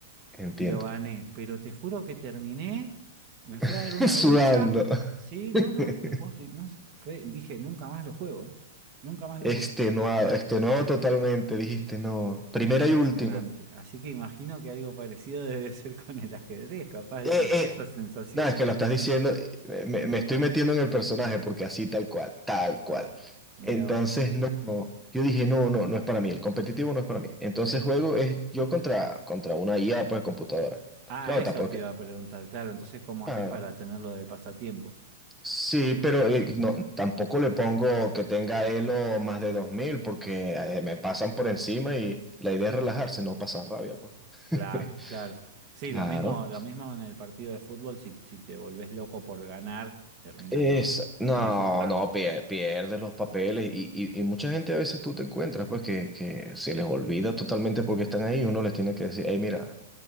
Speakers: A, in the centre; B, on the right.
A: Entiendo.
B: y lo gané. Pero te juro que terminé, me fui
A: <laughs>
B: a dar una
A: Sudando.
B: ducha. Sí, no,
A: <laughs>
B: no, te puedo explicar. No, fue, dije, nunca más lo juego, ¿eh? Nunca más lo
A: Extenuado,
B: juego.
A: extenuado totalmente, dijiste, no. Primera
B: Impresionante.
A: y última.
B: Así que imagino que algo parecido <laughs> debe ser con el ajedrez, capaz, esa,
A: Eh, eh,
B: esa sensación
A: no, es
B: de.
A: que lo estás diciendo, eh, me, me estoy metiendo en el personaje porque así tal cual, tal
B: Mirá
A: cual.
B: vos, mirá
A: Entonces,
B: vos.
A: no, no, yo dije, no, no, no es para mí, el competitivo no es para mí. Entonces
B: Pero-
A: juego es yo contra, contra una IA, pues computadora.
B: ah,
A: Claro,
B: eso
A: tampoco
B: te iba
A: es que...
B: a preguntar, claro. Entonces, ¿cómo
A: Claro.
B: haces para tenerlo de pasatiempo?
A: Sí, pero eh, no, tampoco le pongo que tenga Elo más de 2000 porque eh, me pasan por encima y la idea es relajarse, no pasar rabia, pues. <laughs>
B: Claro, claro. Sí,
A: Claro.
B: lo mismo, lo mismo en el partido de fútbol, si, si te volvés loco por ganar, terminás
A: Es,
B: no,
A: no,
B: no disfrutando.
A: no, pier- pierde los papeles y, y, y mucha gente a veces tú te encuentras pues que, que se les olvida totalmente porque están ahí, uno les tiene que decir, hey, mira,